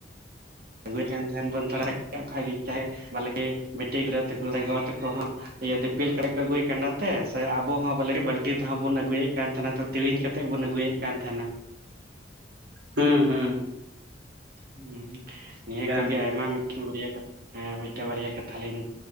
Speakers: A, on the right; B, on the right.
A: ᱟᱹᱜᱩᱭᱮᱫ ᱠᱟᱱ ᱛᱟᱦᱮᱱ ᱵᱚᱱ, ᱛᱷᱚᱲᱟ ᱠᱷᱟᱡ ᱜᱤ ᱪᱟᱦᱮ ᱵᱟᱞᱠᱤ ᱵᱤᱴᱤ ᱜᱤᱫᱽᱨᱟᱹ ᱛᱟᱠᱚ ᱥᱮ ᱜᱚ ᱛᱟᱠᱚ ᱦᱚᱸ ᱤᱭᱟᱹ ᱫᱤᱯᱤᱞ ᱠᱟᱛᱮ ᱠᱚ ᱟᱹᱜᱩᱭ ᱠᱟᱸᱰᱟ ᱛᱮ ᱥᱮ ᱟᱵᱚ ᱦᱚᱸ ᱵᱚᱞᱮ ᱵᱟᱹᱞᱴᱤ ᱛᱮᱦᱚᱸ ᱵᱩᱱ ᱟᱹᱜᱩᱭᱮᱫ ᱠᱟᱱ ᱛᱟᱦᱮᱸᱱᱟ ᱛᱮᱣᱤᱧ ᱠᱟᱛᱮᱫ ᱵᱩᱱ ᱟᱹᱜᱩᱭᱮᱜ, ᱠᱟᱱ ᱛᱟᱦᱮᱱᱟ,
B: ᱦᱩᱸ ᱦᱩᱸ ᱾
A: ᱦᱩᱸ ᱱᱤᱭᱟᱹ
B: ᱠᱟᱱ
A: ᱠᱷᱚᱡᱜᱮ
B: ᱜᱮᱭᱟ
A: ᱟᱭᱢᱟ ᱢᱤᱫᱴᱮᱱ ᱵᱟᱨᱭᱟ ᱠᱟᱛᱷᱟ ᱦᱮᱸ ᱢᱤᱫᱴᱮᱱ ᱵᱟᱨᱭᱟ ᱠᱟᱛᱷᱟ ᱞᱤᱧ